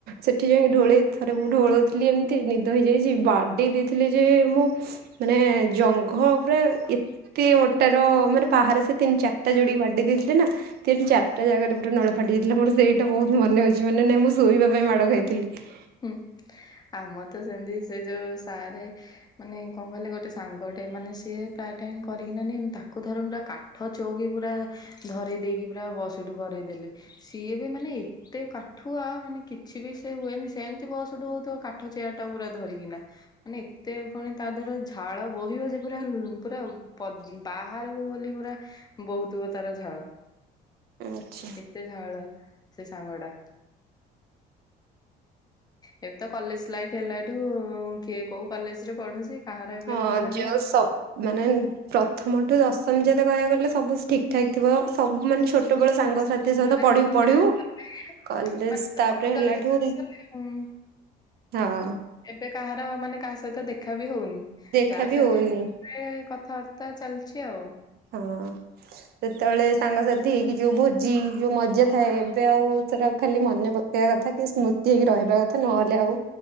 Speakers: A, on the right; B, on the left.
A: ସେଠି ଯାଇ ଢୋଳେଇ ଥର ଢୋଳଉଥିଲି ଏମିତି ନିଦ ହେଇଯାଇଛି ବାଡେଇ ଦେଇଥିଲେ ଯେ ମୁଁ ମାନେ ଜଙ୍ଘଲ ଉପରେ ଏତେ ମୋଟା ର ମାନେ ପାହାର ସେ ତିନି ଚାରିଟା ଯୋଡି ବାଡି ଦେଇଥିଲେ ନା ତିନି ଚାରିଟା ଜାଗାରେ ପୁରା ନୋଳାଫା ଟି ଯାଇଥିଲା ମୋର ସେଇଟା ବହୁତ ମନେ ଅଛି ମାନେ ନାଇଁ ମୁଁ ଶୋଇବା ପାଇଁ ମାଡ ଖାଇଥିଲି।
B: ହୁଁ। ଆମର ତ ସେମତି ସେ ଯୋଉ ସାରେ ମାନେ କଣ କଲେ ଗୋଟେ ସାଙ୍ଗଟେ ମାନେ ସିଏ ତା କରିକି ନିଏ ନି ତାକୁ ଥରେ ପୁରା କାଠ ଚୋଉକି ପୁରା ଧରେଇ ଦେଇକି ପୁରା ବସ ଉଠୁ କର ଦେଲେ ସିଏ ବି ମାନେ ଏତେ କାଠୁଆ ମାନେ କିଛି ବି ସେ ହୁଏନି ସେମିତି ବସ ଉଠୁ ହଉଥିବ। କାଠ ଚେୟାରଟା ପୁରା ଧରିକିନା ମାନେ ଏତେ ପୁଣି ତା ଦେହ ରେ ଝାଳ ବୋହିବ ଯେ ପୁରା ପୁରା ବାହାରକୁ ଗଲେ ପୁରା ବହୁଥିବ ତାର ଝାଳ।
A: ଆଚ୍ଛା
B: ଏତେ ଝାଳ ସେ ସାଙ୍ଗ ଟା। ଏବେ ତ କଲେଜ ଲାଇଫ ହେଲା ଠୁ କିଏ କୋଉ କଲେଜରେ ପଢୁଛି? କାହାର ଏବେ
A: ହଁ
B: ବି ମାନେ
A: ଯେ
B: ଆଉ
A: ମାନେ ପ୍ରଥମଠୁ ଦଶମ ଯେତେ କହିବାକୁ ଗଲେ ସବୁ ଠିକ। ଠାକ ଥିବ ସବୁ ମାନେ ଛୋଟ ବେଳ ସାଙ୍ଗସାଥି
B: ପ୍ଲସ ଥ୍ରୀ
A: ସହିତ
B: ପରେ
A: ପଢିବୁ
B: କଲେଜ
A: ପଢିବୁ
B: ଗଲେ
A: କଲେଜ
B: ମାନେ ସବୁ
A: ତାପରେ
B: ଅଲଗା
A: ହେଲେ
B: ଅଲଗା
A: ଠୁ
B: ହେଇଗଲେ। ଉଁ।
A: ହଁ।
B: ଏବେ କାହାର ମାନେ କାହା ସହିତ ଦେଖା ବି ହଉନି
A: ଦେଖା
B: ଯାହା
A: ବି
B: ସେମିତି
A: ହଉନି
B: କଥା ବାର୍ତ୍ତା ଚାଲିଛି ଆଉ।
A: ହଁ। ସେତେବେଳେ ସାଙ୍ଗସାଥି ହେଇକି ଯୋଉ ଭୋଜି ଯୋଉ ମଜା ଥାଏ ଏବେ ଆଉ ସେଟା ଖାଲି ମନେ ପକେଇ ଥା କି ସ୍ମୃତି ହେଇକି ରହିବା କଥା ନହେଲେ ଆଉ